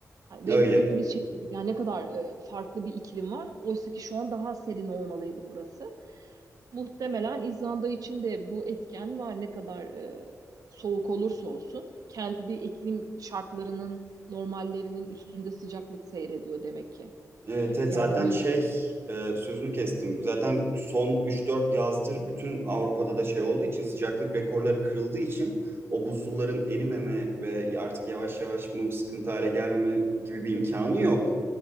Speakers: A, on the right; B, on the right.
A: Ve
B: öyle.
A: biz hepimiz şey dedik ya ne kadar e, farklı bir iklim var. Oysa ki şu an daha serin olmalıydı burası. Muhtemelen İzlanda için de bu etken var. Ne kadar e, soğuk olursa olsun kendi iklim şartlarının normallerinin üstünde sıcaklık seyrediyor demek ki.
B: Evet, evet,
A: Yani
B: zaten
A: o yüzden
B: şey e, sözünü kestim. Zaten son üç dört yazdır bütün Avrupa'da da şey olduğu için sıcaklık rekorları kırıldığı için o buzulların erimeme ve artık yavaş yavaş bunun sıkıntı hale gelmeme gibi bir imkanı yok.